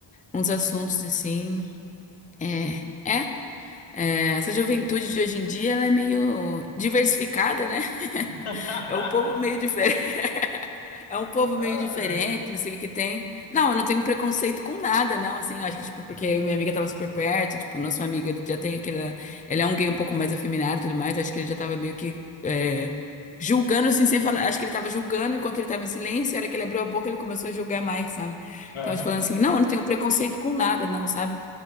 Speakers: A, on the left; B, on the left.
A: uns assuntos assim. É, é. é, essa juventude de hoje em dia, ela é meio diversificada, né?
B: <laughs>
A: É um povo meio diferente. É um povo meio
B: Ai,
A: diferente,
B: ai.
A: não sei o que que tem. Não, eu não tenho preconceito com nada, não, assim, acho que, tipo, porque eu e minha amiga tava super perto, tipo, nosso amigo, ele já tem aquele... Ele é um gay um pouco mais afeminado e tudo mais, acho que ele já tava meio que é, julgando, assim, sem falar. Acho que ele tava julgando enquanto ele tava em silêncio, e a hora que ele abriu a boca, ele começou a julgar mais, sabe?
B: Aham,
A: Tava falando assim, não, eu não tenho preconceito com nada, não, sabe?